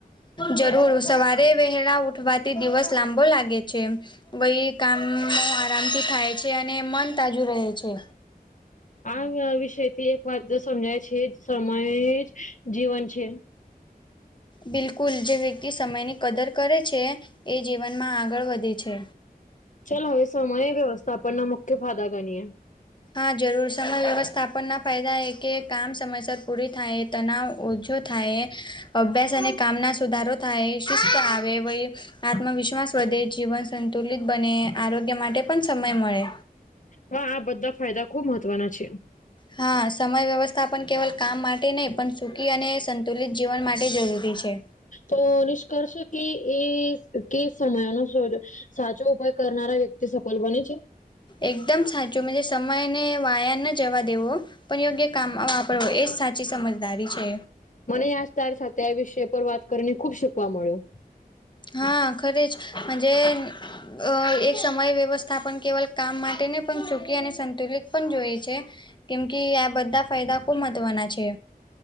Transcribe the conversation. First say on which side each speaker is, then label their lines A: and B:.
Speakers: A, on the left; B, on the left.
A: જરૂર સવારે વહેલા ઉઠવાથી દિવસ લાંબો લાગે છે. વય કામો આરામથી થાય છે અને મન તાજું રહે છે.
B: આ વિષય થી એક વાત જ સમજાય છે સમય જ જીવન છે.
A: બિલકુલ જે વ્યક્તિ સમયની કદર કરે છે એ જીવનમાં આગળ વધે છે.
B: ચલ હવે સમય વ્યવસ્થાપનના મુખ્ય ફાદા ગણીએ
A: હા જરૂર સમય વ્યવસ્થાપન ના ફાયદા એ કે કામ સમયસર પૂરી થાય. તનાવ ઓછો થાયે અભ્યાસ અને કામ ના સુધારો થાયે શિસ્ત આવે વય. આત્મવિશ્વાસ વધે જીવન સંતુલિત બને આરોગ્ય માટે પન સમય મળે
B: વા આ બધા ફાયદા ખુબ મહત્વના છે.
A: હા સમય વ્યવસ્થાપન કેવલ કામ માટે નઇ પન સુખી અને સંતુલિત જીવન માટે જરૂરી છે.
B: તો નિષ્કર્ષ કે એ કે સમયનો સોજો સાચો ઉપાય કરનારા વ્યક તી સફલ બને છે.
A: એકદમ સાચું મજે સમય અને વાયાને જવા દેવો. પણ યોગ્ય કામ વાપરવો એજ સાચી સમજદારી છે.
B: મને આજ તારી સાથે આ વિષય પર વાત કરીને ખુબ શીખવા મળ્યું.
A: હા ખરે જ મજે. અ એક સમય વ્યવસ્થાપન કેવલ કામ માટે નઇ પણ સુખી અને સંતુલિત પણ જોઈ છે. કેમ કે આ બધા ફાયદા ખૂબ મહત્ત્વના છે.